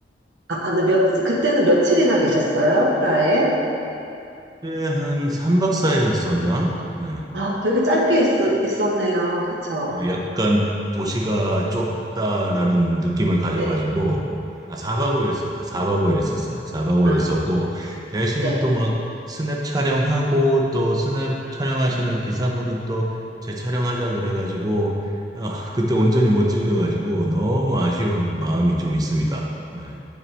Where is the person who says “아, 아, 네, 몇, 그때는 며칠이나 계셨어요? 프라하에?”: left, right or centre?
Right